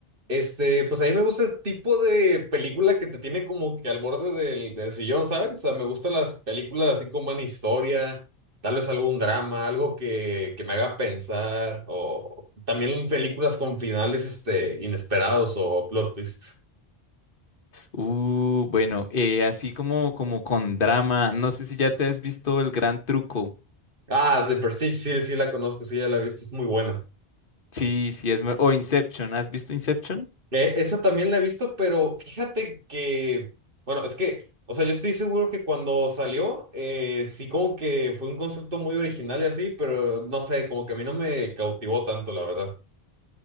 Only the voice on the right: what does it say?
Este, pues a mí me gusta el tipo de película que te tiene como que al borde del, del sillón, ¿sabes? O sea, me gustan las películas así con buena historia, tal vez algún drama, algo que, que me haga pensar, o también películas con finales, este, inesperados o plot twist.
Ah, The Prestige, sí, sí la conozco, sí, ya la he visto, es muy buena.
Eh, esa también la he visto, pero fíjate que, bueno, es que, o sea, yo estoy seguro que cuando salió, eh, sí como que fue un concepto muy original y así, pero no sé, como que a mí no me cautivó tanto, la verdad.